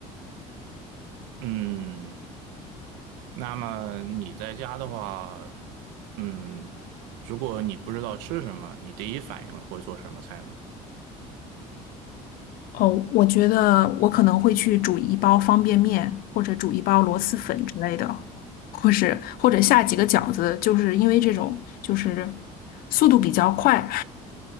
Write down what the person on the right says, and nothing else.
嗯，那么你在家的话，嗯，如果你不知道吃什么，你第一反应会做什么菜呢？